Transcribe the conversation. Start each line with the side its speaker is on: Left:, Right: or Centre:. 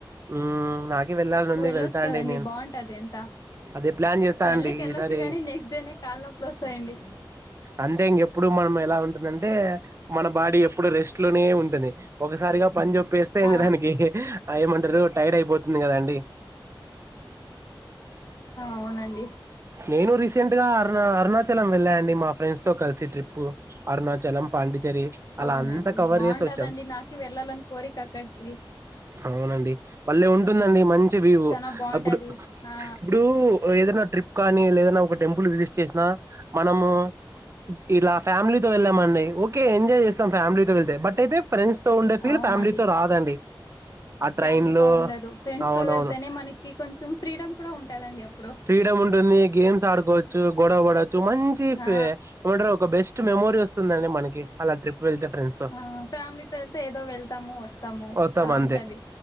Right: ఊమ్ నాకే వెళ్ళాలని ఉంది
Left: వెళ్ళొచ్చు
Right: వెళ్తాండి
Left: కదండి
Right: నేను
Left: బాగుంటది అంతా
Right: అదే ప్లాన్ చేస్తా
Left: వెళ్ళకి
Right: అండి
Left: వెళ్ళొచ్చు
Right: ఈసారి
Left: కాని నెక్స్ట్ డేనే కాళ్ళ నొప్పులు వస్తాయండి
Right: అంతే ఇంకెప్పుడు మనం ఎలా ఉంటదంటే మన బాడీ ఎప్పుడు రెస్ట్ లోనే ఉంటుంది ఒకసారిగా పని జెప్ పేస్తే ఇంగ
Left: ఆ
Right: దానికి ఆ ఏమంటరు టైర్డ్ అయిపోతుంది కదా అండి
Left: అవునండి
Right: నేను రీసెంట్గా అరుణ అరుణాచలం వెళ్ళా అండి మా ఫ్రెండ్స్తో కలిసి ట్రిప్పు అరుణాచలం పాండిచెరి అలా
Left: అవునండి
Right: అంత కవర్
Left: బాగుంటదండి
Right: జేసీ ఒచ్చాం
Left: నాకు వెళ్ళాలని కోరిక అక్కడికి
Right: అవునండి భలే ఉంటుందండి మంచి వ్యూ
Left: చానా బాగుంటది
Right: అప్పుడు
Left: ఆ
Right: ఇప్పుడు ఏదైనా ట్రిప్ కానీ లే ఏదనా ఒక టెంపుల్ విజిట్ చేసినా మనము ఇలా ఫ్యామిలీతో వెళ్ళామండి ఓకే ఎంజాయ్ జేస్తాం ఫ్యామిలీతో వెళ్తే బట్ అయితే ఫ్రెండ్స్ తో ఉండే ఫీల్
Left: అవునండి
Right: ఫ్యామిలీతో రాదండి ఆ ట్రైన్
Left: ఫ్యామిలీతో
Right: లో
Left: ఉండదు ఫ్రెండ్స్
Right: అవునవును
Left: తో వెళ్తేనే మనకి కొంచెం ఫ్రీడమ్ కూడా ఉంటదండి అప్పుడు
Right: ఫ్రీడమ్ ఉంటుంది గేమ్స్ ఆడుకోవచ్చు గొడవ పడచ్చు మంచి ఫె
Left: ఆ
Right: ఏమంటరు ఒక బెస్ట్ స్ట్ మెమోరీ వస్తుందండి మనకి అలా ట్రీప్ వెళ్తే ఫ్రెండ్స్తో
Left: ఆ ఫ్యామిలీతో వెళ్తే ఏదో వెళ్తాము వస్తాము
Right: వస్తాం
Left: అలా
Right: అంతే
Left: ఉంటది